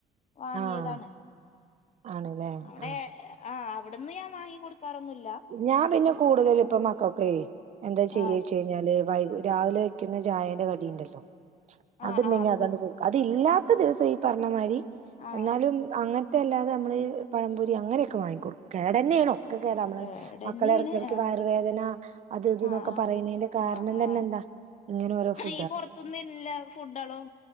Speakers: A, on the left; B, on the right.
A: വാങ്ങിയതാണ്
B: ആഹ് ആണ്ല്ലേ
A: അവിടെ
B: ആഹ്
A: ആഹ് അവിടുന്ന് ഞാൻ കൊടുക്കാറൊന്നുല്ല
B: ഞാൻ പിന്നെ കൂടുതൽ ഇപ്പ മക്കളൊക്കെ എന്താ ചെയ്യെച്ച
A: ആ
B: കഴിഞ്ഞാല് വൈ രാവിലെ വെക്കുന്ന ചായ കടിണ്ടല്ലോ
A: ആ
B: അത് ണ്ടെങ്കിൽ
A: ആ
B: അത്
A: കൊടുക്കും
B: അങ് കുട്ടി അതില്ലാത്ത ദിവസം ഈ പറഞ്ഞമാതിരി
A: ആ
B: എന്നാലും അങ്ങ ല്ലാതെ നമ്മള് പഴം പൊരി അങ്ങനെയൊക്കെ വാങ്ങിക്കും കേടു ന്നാണ് ഒക്കെ <unintelligible>
A: കേടന്നെയാണ്
B: മക്കള ഇടക്കിടക്ക്
A: ആ
B: വയർവേദന അത് ഇതന്നൊക്കെ
A: ആ
B: പറയുന്നതിന്റെ കാരണം
A: ആ ആ ആ
B: തന്നെ എന്താ ഇങ്ങനെ രോ ഫു
A: ഈ പുറത്ത്ന്നു ഇല്ല ഫുഡ്ളും